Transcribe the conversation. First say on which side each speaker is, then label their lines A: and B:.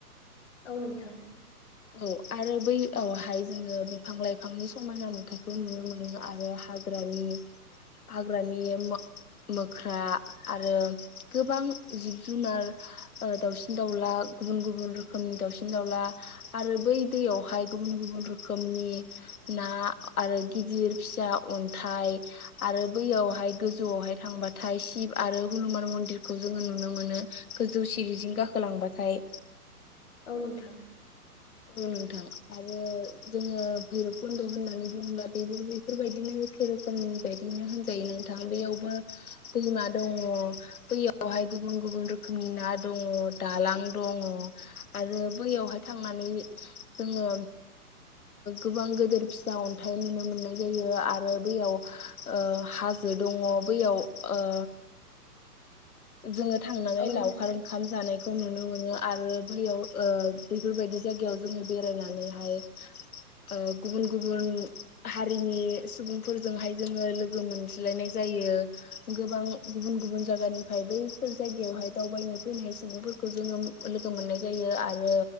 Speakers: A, on the left (about 45°); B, on the left (about 65°).
A: औ नोंथां।
B: औ आरो बैहाय जोङो बिफां लाइफांनि समायना नुथायखौ नुनो मोनो आरो हा हाग्रानि हाग्रानि मोख्रा आरो गोबां जिब जुनार ओ दाउसिन दाउला गुबुन गुबुन रोखोमनि दाउसिन दाउला आरो बै दैयावहाय गुबुन गुबुन रोखोमनि ना आरो गिदिर फिसा अन्थाइ आरो बैयावहाय गोजौआवहाय थांबाथाय शिब आरो हुनुमान मन्दिरखौ जोङो नुनो मोनो। गोजौ सिरिजोंं गाखोलांबाथाय
A: औ नोंथां।
B: औ नोंथां आरो जोङो भैरबकुन्द' होननानै बुङोब्ला बेबो बेफोरबायदिनो एखे रोखोमनि बायदिनो होनजायो नोंथां बैयावबो दैमा दङ बैयावहाय गुबुन गुबुन रोखोमनि ना दङ, दालां दङ आरो बैयावहाय थांनानै जोङो गोबां गोदोर फिसा अन्थाइ नुनो मोननाय जायो आरो बेयाव ओ हा जो दङ बैयाव ओ जोङो थांनानै
A: औ नोंथां
B: लावखार खाम जानायखौ नुनो मोनो आरो बैयाव ओ बैफोरबायदि जायगायाव जोङो बेरायनानैहाय <inaudible> ओ गुबुन गुबुन हारिनि सुबुंफोरजोंहाय जोङो लोगो मोनज्लायनाय जायो। गोबां गुबुन गुबुन जागानि फाय बैफोर जायगायावहाय दावबायनो फैनाय सुबुंफोरखौ जोङो ओ लोगो मोननाय जायो आरो